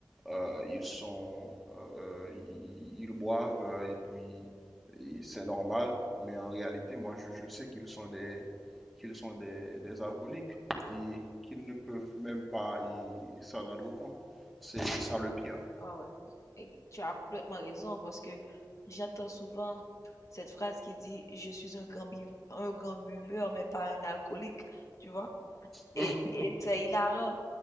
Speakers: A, in the centre; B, on the left.
A: euh, ils sont, euh, euh, ils, ils boivent euh, et puis et c'est normal. Mais en réalité, moi, je, je sais qu'ils sont des, qu'ils sont des, des alcooliques et qu'ils ne peuvent même pas y s'en rendre compte. C'est c'est ça le pire.
B: ouais. Et tu as complètement raison parce que j'entends souvent cette phrase qui dit je suis un grand bu- un grand buveur mais pas un alcoolique, tu vois?
A: Mhm,
B: Et, et c'est hilarant.